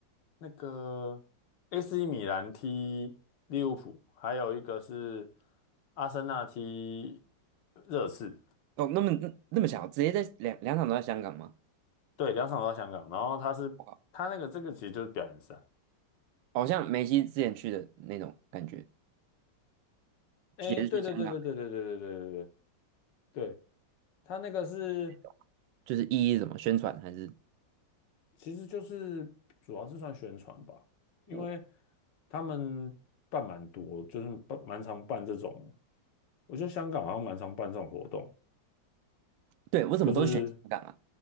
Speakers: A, on the left; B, on the right.
A: 那个 AC 米兰踢利物浦，还有一个是阿森纳踢热刺，
B: 哦，那么那那么巧，直接在两两场都在香港吗？
A: 对，两场都在香港。然后他是他那个这个其实就是表演赛，
B: 我靠好像梅西之前去的那种感觉，
A: 哎，
B: 也是去香港的
A: 对对对对对对对对对对对，他那个是。
B: 那种，就是意义是什么宣传还是
A: 其实就是主要是算宣传吧，因为
B: 我？
A: 他们办蛮多，就是办蛮常办这种，我觉得香港好像蛮常办这种活动，
B: 对，为什么都是选香港啊？
A: 就是